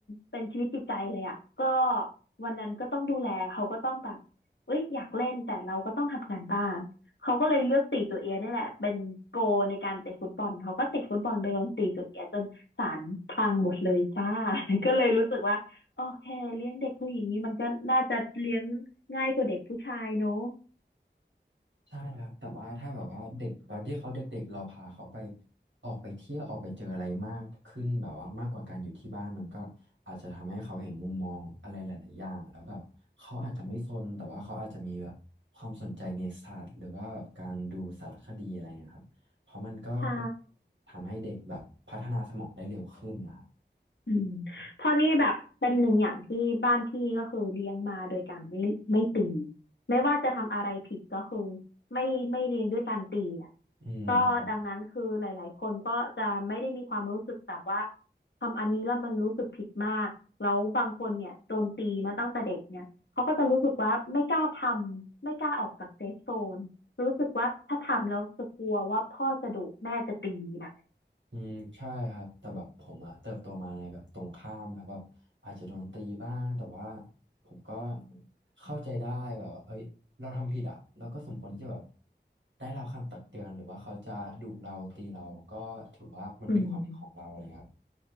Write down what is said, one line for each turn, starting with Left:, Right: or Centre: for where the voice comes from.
Left: เป็นชีวิตจิตใจเลยอ่ะก็วันนั้นก็ต้องดูแลเขาก็ต้องแบบเอ้ยอยากเล่นแต่เราก็ต้องทำงานบ้าน เขาก็เลยเลือกตีตัวเอียดนี่ยแหละ เป็นโกในการเตะฟุตบอลเขาก็เตะฟุตบอลไปโดนตีตัวเอียจนศาลพังหมดเลยจ้า <laughs> ก็เลยรู้สึกว่าโอเคเลี้ยงเด็กผู้หญิงนี้มันก็น่าจะเลี้ยงง่ายกว่าเด็กผู้ชายเนอะ
Right: ใช่ครับแต่ว่าถ้าแบบว่าเด็กตอนที่เขาเด็กๆเราพาเขาไปออกไปเที่ยวออกไปเจออะไรมากขึ้นแบบว่ามากกว่าการอยู่ที่บ้านมันก็อาจจะทำให้เขาเห็นมุมมองอะไรหลายๆอย่างแล้วแบบเขาอาจจะไม่ซนแต่ว่าเขาอาจจะมีแบบความสนใจในศาสตร์หรือว่าแบบการดูสารคดีอะไรนะครับเพราะมันก็เป็น
Left: ใช่
Right: ทำให้เด็กแบบพัฒนาสมองได้เร็วขึ้นนะครับ
Left: อืมเพราะนี่แบบเป็นหนึ่งอย่างที่บ้านพี่ก็คือเลี้ยงมาโดยการไม่ไม่ตีไม่ว่าจะทำอะไรผิดก็คือไม่ไม่เลี้ยงด้วยการตีอ่ะ
Right: อืม
Left: ก็ดังนั้นคือหลายๆคนก็จะไม่ได้มีความรู้สึกแบบว่าทำอันนี้แล้วมันรู้สึกผิดมากแล้วบางคนเนี่ยโดนตีมาตั้งแต่เด็กเนี่ยเขาก็จะรู้สึกว่าไม่กล้าทำไม่กล้าออกจากเซฟโซนรู้สึกว่าถ้าทำแล้วจะกลัวว่าพ่อจะดุแม่จะตีแบบเนี้ย
Right: อืมใช่ครับแต่แบบผมอะเติบโตมาในแบบตรงข้ามแล้วแบบอาจจะโดนตีบ้างแต่ว่าผมก็เข้าใจได้แบบว่าเอ้ยเราทำผิดอะเราก็สมควรที่จะแบบได้เราคำตักเตือนหรือว่าเขาจะดุเราตีเราก็ถือว่ามันเป็นความผิดของเราอะไรครับ
Left: อืม